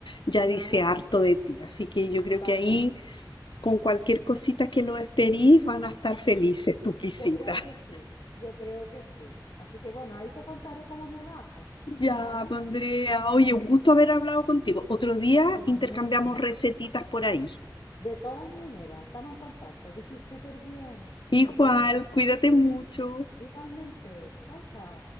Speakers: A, on the left; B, on the left.
A: ya
B: Claro,
A: dice harto de ti. Así que yo creo
B: totalmente.
A: que ahí, con cualquier cosita que los esperís, van a estar felices tus visitas.
B: Yo creo
A: <laughs>
B: que sí, yo creo que sí. Así que bueno, ahí te contaré cómo me va, pues.
A: Ya,
B: ¿Ah?
A: pues, Andrea, oye, un gusto haber hablado contigo. Otro día
B: Igualmente.
A: intercambiamos recetitas por ahí.
B: De todas maneras, estamos en contacto, que estoy súper bien.
A: Igual,
B: Nos vemos.
A: cuídate mucho.
B: Igualmente. Chao, chao.